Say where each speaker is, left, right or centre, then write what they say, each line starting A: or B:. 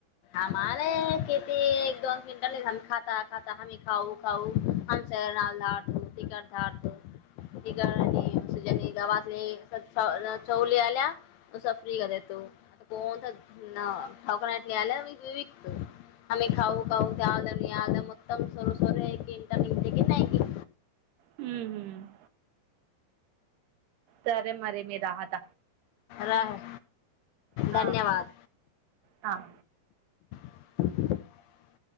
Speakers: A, on the left; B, on the right.
A: आमला खेती एकदम. मिंट खाता खाता हमीही खाऊ खाऊ ह सनाधार धो टिकट धारट आणि. गवातले चवले आल्या त फ्री कर देतो कोण. ना भाक. यला विकतो आम्ही खाऊ खाऊ त्या आलं आलं मतम सर्व सर आहे. ते क नाही क.
B: हम्म हम्म सरे मर. मे राहात
A: रा-
B: हांर
A: धन्यवाद
B: हां.
A: <inaudible>